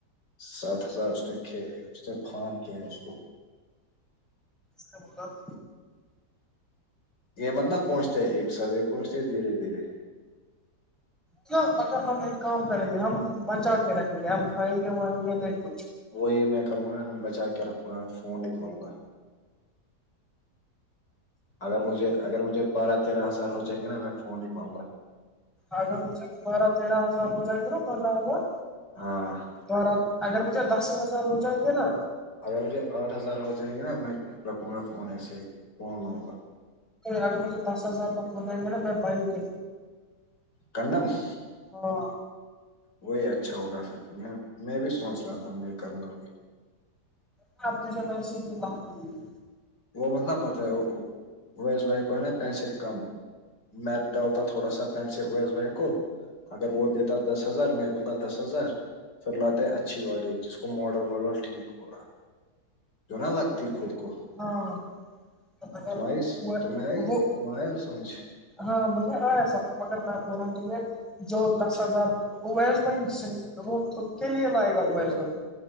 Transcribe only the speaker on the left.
سات ہزار اس نے ک اس نے فان ک ہیں اس کو
یہ متلب پہنچتے ہے ایک سو پہنچتے دھیرے دھیرے
وہی میں کروں گا بچا کے رکھوں گا فون نکلؤوں گا اگر مجھے اگر مجھے بارہ تیرہ ہزار ہو جائے گے نا میں فون نکلاؤں گا
ہاں <inaudible>
اگر مجھے آٹھ ہزار ہو جائیں گے نا میں رکھوں گا فون ایسے ہی فون لوں گا
کڈم <unintelligible>
وہی اچھا ہوگا پھر میں میں بھی سوچ رہا تھا میں کروں گا کوئی
وہ مت نا پتا ہے اویس بھائی کو ہے نا پیسے کم میں ڈالتا تھوڑا سا پینسے اویس بھائی کو اگر وہ دیتا دس ہزار میں دوں گا دس ہزار فھر لاتے ہے اچھی والی جس کو ماڈر واڈل ٹھیک ہوگا جو نہ لگتی خود کو
تم آیی تمہ آیی
تم آیا سمجھ <unintelligible>
کیا